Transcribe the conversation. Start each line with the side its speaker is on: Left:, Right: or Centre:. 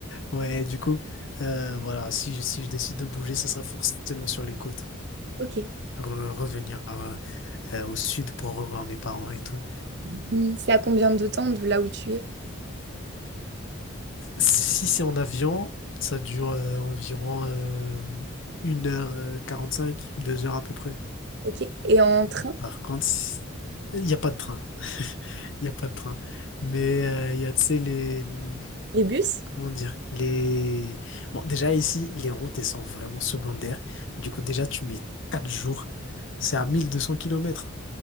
Left: Ouais, du coup, euh, voilà, si, je- si je décide de bouger, ça sera forcément sur les côtes.
Right: Ok.
Left: Re- revenir euh, euh, au sud pour revoir mes parents et tout.
Right: Hmm, C'est à combien de temps de là où tu es?
Left: Si, si c'est en avion, ça dure euh, environ euh, une heure euh, quarante-cinq, deux heures à peu près.
Right: Ok. Et en train,
Left: Par contre, il n'y a pas de train. Il n'y a pas de train. Mais euh, il y a, tu sais, les... hmm,
Right: les bus?
Left: Comment dire? Les... Bon, déjà ici, les routes, elles sont vraiment secondaires. Du coup, déjà, tu mets 4 jours. C'est à 1200 kilomètres